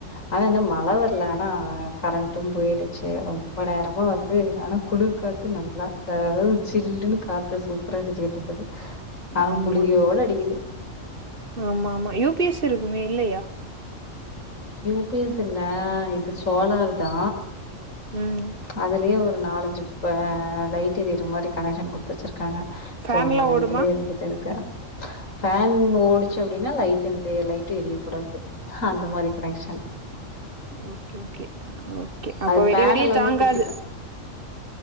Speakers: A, on the left; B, on the right.
A: ஆனா என்னு மழவரல ஆனா கரண்ட்டும் போயிடுச்சி பட ரொம்ப வந்து ஆனா குளிர் காத்து நல்லா அத அதாவது சில்லுன்னு காத்து சூப்பராடிச்சுக்கிட்டு இருக்குது ஆனா
B: ஆம்மா
A: புழுதியோட அடிக்குது
B: ஆம்மா ஆமா யூபிஎஸ் இருக்குமே இல்லையா
A: யூபிஎஸ் இல்ல இது சோலர்தா
B: ம்
A: அதிலியே ஒரு நாலஞ்சுப்ப லைட் எரியுற மாரி கனெக்ஷன் குடுத்துவச்சிருக் க்காங்க
B: ஃபேன்லா
A: சோ அந்த லைட்டுலே
B: ஓடுமா
A: எரிஞ்சிட்டு இருக்க ஃபேன் ஓடிச்சு அப்டினா லைட் எந்த லைட்டும் எரியக்கூடாது ஹ அந்த மாரி கனெக்ஷன்
B: ஓகே ஓகே ஓகே அப்ப
A: அது
B: விடி
A: பேனல்
B: விடிய
A: வந்து
B: தாங்காது
A: குட்டி பே